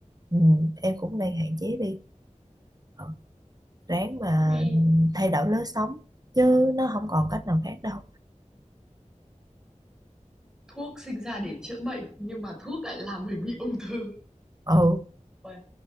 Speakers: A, on the right; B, in the centre.
A: ừ, em cũng đang hạn chế đi ừ, ráng mà
B: Men
A: thay đổi lối sống chứ nó không còn cách nào khác đâu
B: Thuốc sinh ra để chữa bệnh, nhưng mà thuốc lại làm mình bị ung thư.
A: ừ
B: Uầy.